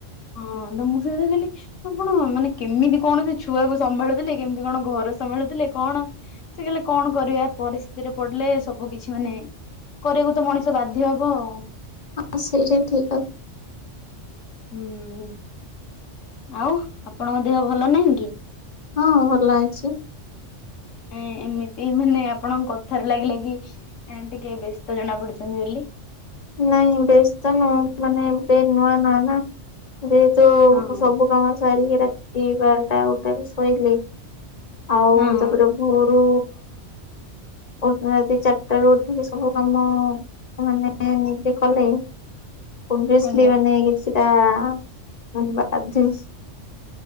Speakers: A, on the left; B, on the left.
A: ହଁ ମୁ କଲି ଆପଣ ମାନେ କେମିତି କଣ ସେ ଛୁଆକୁ ସମ୍ଭାଳିଦେଲେ କେମିତି କଣ ଘର ସମ୍ଭାଳୁଥିଲେ କଣ ସେ କହିଲେ କଣ କରିବା ପରିସ୍ଥିତିରେ ପଡିଲେ ସବୁ କିଛି ମାନେ କରିବାକୁ ତ ମଣିଷ ବାଧ୍ୟ୍ୟ ହବ ଆଉ।
B: ହଁ ସେଇଠା ବି ଠିକ କଥା।
A: ହୁଁ ଆଉ ଆପଣଙ୍କ ଦେହ ଭଲ ନାହିଁ କି?
B: ହଁ ଭଲ ଅଛି।
A: ଏ ଏମିତି ମାନେ ଆପଣଙ୍କ କଥାରୁ ଲାଗିଲା କି ଟିକେ ବ୍ୟସ୍ତ ଜଣା ପଡିୁଛନ୍ତି ବୋଲି।
B: ନାଇଁ ବ୍ୟସ୍ତ ନୁହଁ ମାନେ ଏବେ ନୂଆ ନୂଆ ନା ଏବେତ
A: ହଁ।
B: ସବୁ କାମ ସାରିକି ରାତି ବାରଟା ଗୋଟେ ରୁ ଶୋଇଲି। ଆଉ
A: ହଁ
B: ତାପରେ ଭୋରୁ ଅଧ ରାତି ଚାରିଟା ରୁ ଉଠିଲି ସବୁ କାମ ମାନେ ହଁ ଏମିତି କଲେ ଅଭିଅସଲି
A: ଆଜ୍ଞା
B: ମାନେ କିଛି ଟା ଧ ବା <unintelligible>